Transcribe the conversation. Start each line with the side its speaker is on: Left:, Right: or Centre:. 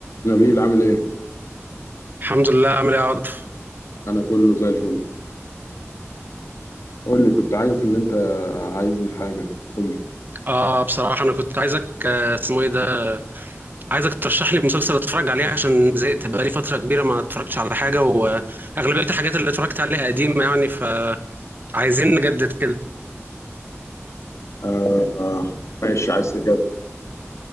Left: نبيل عامل ايه؟
Right: الحمد لله عامل ايه يا عاطف
Left: انا كله زي الفل قول لي كنت عارف ان انت عايزني في حاجة قول لي
Right: اه بصراحة أنا كنت عايزك آه، اسمه ايه ده عايزك ترشح لي مسلسل اتفرج عليه عشان زهقت بقالي فترة كبيرة ما اتفرجتش على حاجة وأغلبية الحاجات اللي اتفرجت عليها قديمة يعني فعايزين نجدد كده
Left: آه آه ماشي عايز تجد